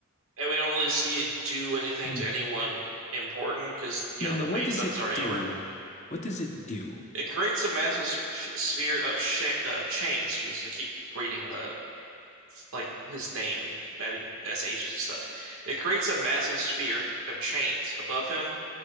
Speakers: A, on the right; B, on the left.
A: and we don't really see it do anything
B: Mm.
A: to anyone important because you
B: now
A: know
B: no.
A: the
B: What
A: main
B: does
A: stuff
B: it
A: is already
B: do?
A: over.
B: What does it do?
A: It creates a massive sp sphere of sh of chains. Jesus, I keep reading the like his name and adding S H's and stuff. It creates a massive sphere of chains above him